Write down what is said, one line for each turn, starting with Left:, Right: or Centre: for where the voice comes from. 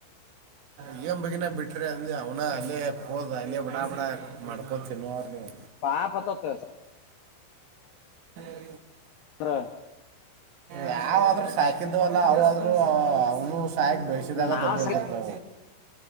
Right: ಈಗನ್ ಬಗಿನ ಬಿಟ್ರ ಅ ಅವನ ಅಲ್ಲಿ ಹೋದ ಅಲ್ಲಿ ಬಡಾ ಬಡ ಮಾಡ್ಕ್ಯಾನ್ ತಿನ್ನೋರ್ ನೀವು
Left: ಪಾಪ ಆತತ್
Right: <inaudible>
Left: ಹ <inaudible>
Right: ಯಾವ್ರೂ ಸಾಕಿದ್ದವಲ್ಲ ಅವಾದ್ರೂ ಅವನು ಸಾಕ್ ಬಳಸಿದಾಗ
Left: ನಾವ್
Right: ದೊಡ್ಡತರ್ತು